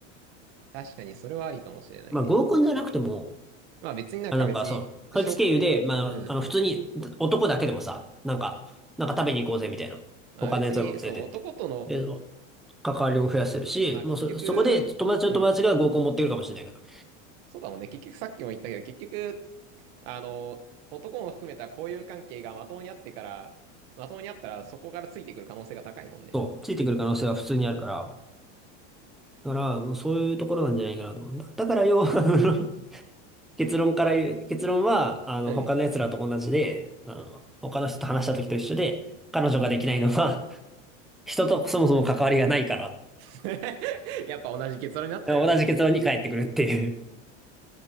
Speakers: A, on the right (about 55°); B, in the centre.
A: 確かにそれはありかもしれないね。
B: まあ合コンじゃなくても、
A: まあ別になんか別に、
B: あ、なんかそう、そいつ経由で、
A: 紹介、
B: まあ、
A: うん。
B: あの、普通に男だけでもさ、なんか、なんか食べに行こうぜみたいな。
A: まあ別に、
B: 他のやつらも連れてって。
A: そう、男との、
B: で、関わりも増やせるし、
A: まあ結局、
B: もうそ、そこで友達の友達が合コン持ってくるかもしれないから。
A: うん、そうだもんね。結局さっきも言ったけど、結局、あの、男も含めた交友関係がまともにあってから、まともにあったらそこからついてくる可能性が高いもんね。
B: そう。ついてくる可能性は普通にあるから。だから、もうそういうところなんじゃないかなと思うんだ。だから要は、<laughs> あの結論から言う、結論は、あの、
A: うん。
B: 他の奴らと同じで、あの、他の人と話した時と一緒で、彼女ができないのは、<laughs> 人とそもそも関わりがないから、
A: <laughs> やっぱ同じ結論になっちゃうよね。
B: 同じ結論に返ってくるっていう